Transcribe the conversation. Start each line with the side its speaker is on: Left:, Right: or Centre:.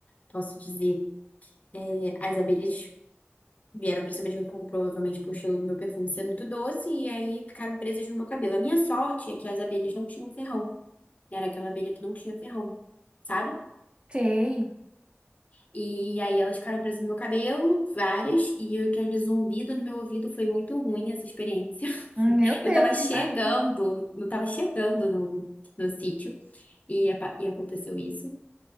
Left: posso dizer. É, As abelhas Vieram pra cima de mim, por- provavelmente por o meu perfume ser muito doce, e aí ficaram presas no meu cabelo. A minha sorte é que as abelhas não tinham ferrão. Era aquela abelha que não tinha ferrão, sabe?
Right: Sei.
Left: E aí elas ficaram presas no meu cabelo, várias, e aquele zumbido no meu ouvido foi muito ruim essa experiência.
Right: Ah, Meu
Left: <laughs> Eu
Right: Deus,
Left: tava chegando,
Right: imagina.
Left: não tava chegando no, no sítio, e, apa- e aconteceu isso.